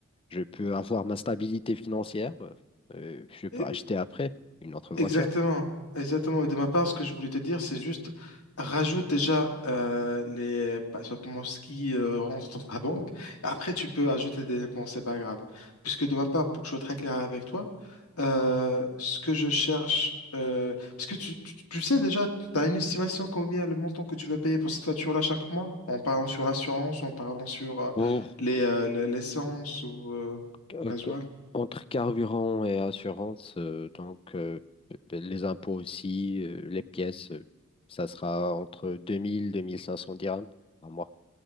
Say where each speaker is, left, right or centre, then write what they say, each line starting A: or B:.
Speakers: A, on the left; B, on the left.
A: je peux avoir ma stabilité financière. euh, je peux
B: euh,
A: acheter après une autre voiture.
B: Exactement, exactement. Et de ma part, ce que je voulais te dire, c'est juste rajoute déjà euh, les bah, simplement ce qui euh, rentre dans ta banque. Après, tu peux ajouter des dépenses, c'est pas grave. Puisque de ma part, pour que je sois très clair avec toi, euh, ce que je cherche, euh, parce que tu, tu- tu sais déjà, tu as une estimation combien le montant que tu vas payer pour cette voiture-là chaque mois, en parlant sur l'assurance, en parlant sur euh,
A: Pour,
B: les euh, le- l'essence ou euh,
A: euh,
B: gasoil.
A: que- entre carburant et assurance, euh, donc euh, ben, les impôts aussi, euh, les pièces, euh, ça sera entre 2000 et 2500 dirhams par mois.